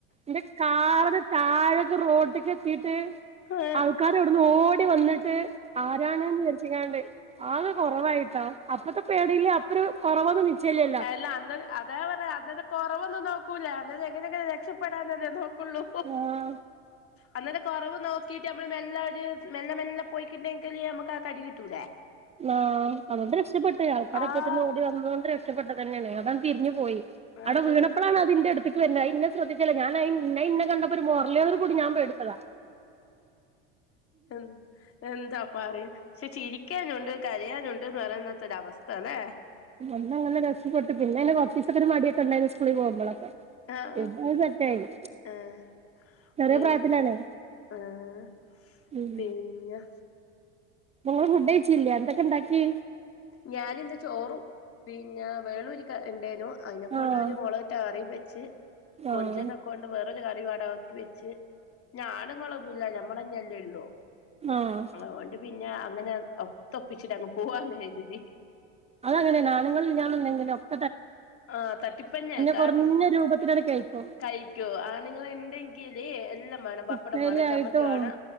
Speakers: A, on the right (about 20°); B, on the left (about 40°).
A: ഇന്റെ കാറിന് താഴക്കെ റോട്ട്ക്കത്തിട്ട്
B: ആഹ്
A: ആൾക്കാര് ഇവട്ന്ന് ഓ വന്ന്ട്ട് ആരാണ്ന്ന് കര് ക്കാണ്ട് ആള് കൊറവായിട്ട അപ്പത്തെ പേടില്ല അപ്പരു കൊറവൊന്നും നിച്ചല്ലല്ലോ.
B: അല്ല അന്നൊരു അതാ പറയാ അതല്ലെ കൊറവൊന്നും നോക്കൂല അല്ലാതെ എങ്ങനെക്കെ രക്ഷപ്പെടാനല്ലേ നോ ക്കൊള്ളു
A: ആ
B: അന്നേരം കൊറവ് നോ ക്കീട്ട് നമ്മള് മെല്ല ഒര് മെല്ല മെല്ല പോയിട്ടിണ്ടെങ്കില് നമ്മക്ക് ആ കടി കിട്ടൂലേ.
A: ആ അതോണ്ട് രക്ഷപ്പെട്ട് ആൾക്കാര
B: ആഹ്
A: അപ്പോത്തിനും ഓടി വന്നോണ്ട് രക്ഷപ്പെട്ടത് തന്നെയാണ് അതാണ്ട് തിരിഞ്ഞു പോയി. അവടെ
B: അതന്നെ
A: വീണപ്പളാണ് അതിന്റെ എട്ത്ത്ക്ക് വര്നേ അഹ് ഇന്നെ ശ്രദ്ധിച്ചല്ല ഞാനഹ് ഇന്നെ അഹ് ഇന്നെ കണ്ടപ്പോ ഒരു മോർല് കൂടി ഞാൻ പേടിച്ചതാ
B: ഉം എന്താ പറയാ പക്ഷെ ചിരിക്കാനുണ്ട് കരയാനുണ്ട്ന്ന് പറയുന്നത്തൊര അവസ്ഥല്ലേ.
A: അന്ന് അങ്ങനെ രക്ഷപ്പെട്ട് പിന്നെ <unintelligible> കൊർച്ചീസക്കെ മടിക്കെണ്ടായിരുന്നു സ്കൂളിൽ പോകുമ്പളൊക്കെ.
B: ആഹ്
A: പിന്നെ അത് സെറ്റായി
B: ആഹ്
A: ചെറിയ
B: ഏഹ്
A: പ്രായത്തിലാണേ
B: ആഹ്
A: ഉം
B: പിന്നെ
A: നിങ്ങൾ ഫുഡ് കഴിച്ചില്ല എന്തൊക്കെ ഇണ്ടാക്കി?
B: ഞാനിന്ന് ചോറും പിന്നെ വേളൂരിക്ക ഇണ്ടേനു. അതിനെ കൊണ്ടരു
A: ആഹ്
B: മൊളക്ട്ട കറിം വെച്ച്
A: ആഹ്
B: കൊഞ്ചത ക്കൊണ്ട് വേറൊരു കറിവാട ഒക്കി വെച്ച് ഞ ആണുങ്ങളൊന്നു ഇല്ലല്ലോ ഞമ്മളന്നെല്ലേ ഉള്ളൂ.
A: ആഹ്
B: അതൊണ്ട് പിന്നെ അങ്ങനെ ഒത്ത ഒപ്പിച്ചിടാന്ന് പോവാന്ന് കര്തി.
A: അദങ്ങനേണ് ആണ്ങ്ങള് ഇല്ലാന്ന് ഇണ്ടെങ്കില് അ
B: ആ തട്ടിപ്പന്നേ കാരണം
A: കുറഞ്ഞ രൂപത്തിലത് കഴിക്കും
B: കഴിക്കോ ആണ്ങ്ങളെന്തെ ക്കീല് എല്ലാം മാണം പപ്പടം
A: ഉപ്പേരി
B: മാണം ചമ്മന്തിവാണം
A: ആയിട്ടും